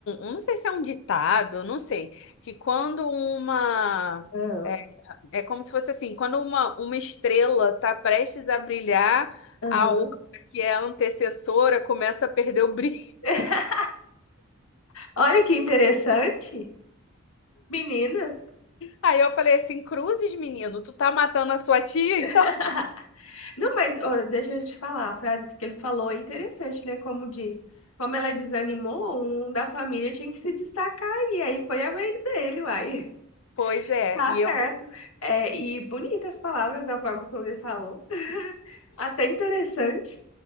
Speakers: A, on the left; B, on the left.
A: um, não sei se é um ditado, não sei, que quando uma
B: ah,
A: é é como se fosse assim, quando uma, uma estrela está prestes a brilhar,
B: aham.
A: a outra, que é a antecessora, começa a perder o brilho.
B: <laughs> Olha que interessante, menina.
A: Aí eu falei assim, Cruzes, menino, tu tá matando a sua tia,
B: <laughs>
A: então? <laughs>
B: Não, mas ó, deixa eu te falar, a frase que ele falou é interessante, né? Como diz, como ela desanimou, um da família tinha que se destacar e aí foi a vez dele, uai. <laughs>
A: Pois é,
B: Tá
A: e
B: certo.
A: eu vou.
B: É, e bonitas palavras da forma como ele falou. <laughs> Até interessante.